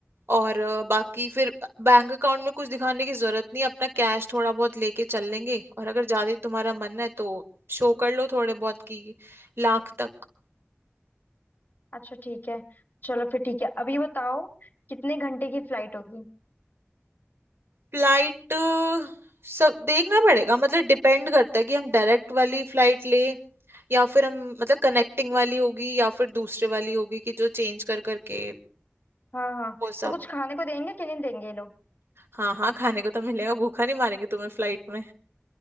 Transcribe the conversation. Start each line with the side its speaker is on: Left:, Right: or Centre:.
Right: और अ, बाकी फिर बैंक अकाउंट में कुछ दिखाने की जरूरत नहीं अपना कैश थोड़ा बहुत लेके चल लेंगे और अगर ज्यादा ही तुम्हारा मन है तो शो कर लो थोड़े बहुत की लाख तक
Left: अच्छा ठीक है चलो फिर ठीक है अभी बताओ कितने घंटे की फ्लाइट होगी
Right: फ्लाइट सब देखना पड़ेगा मतलब डिपेंड करता है कि हम डायरेक्ट वाली फ्लाइट ले या फिर हम मतलब कनेक्टिंग वाली होगी या फिर दूसरे वाली होगी कि जो चेंज कर करके
Left: हाँ हाँ
Right: वो सब
Left: तो कुछ खाने को देंगे कि नहीं देंगे ये लोग
Right: हाँ हाँ खाने को तो मिलेगा भूखा नहीं मारेंगे तुम्हें फ्लाइट में